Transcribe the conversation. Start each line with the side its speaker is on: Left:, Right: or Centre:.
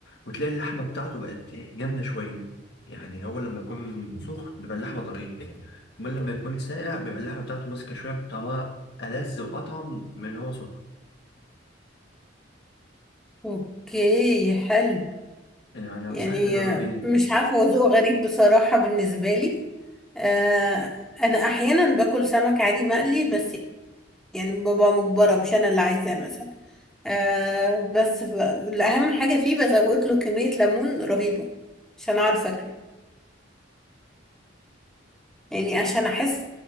Left: وتلاقي اللحمه بتاعته بقت جامده شويه يعني هو لما يكون سخن بيبقى اللحمه طريه امال لما يكون ساقع بيبقى اللحمه بتاعته ماسكه شويه بطعمها ألذ وأطعم من هو سخن
Centre: اوكي حلو
Left: يعني أنصحك
Centre: يعني
Left: تجربيه
Centre: مش عارفة هو ذوق غريب بصراحة بالنسبة لي آه أنا أحيانا باكل سمك عادي مقلي بس يعني ببقى مجبرة مش أنا اللي عايزاه مثلا آه بس ف- الأهم حاجة فيه بزود له كمية ليمون رهيبة عشان أعرف أكله يعني عشان أحس